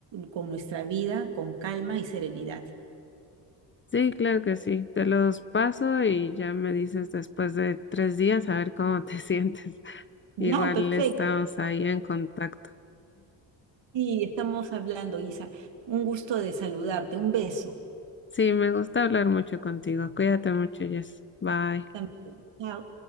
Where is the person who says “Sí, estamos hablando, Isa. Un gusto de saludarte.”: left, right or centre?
Right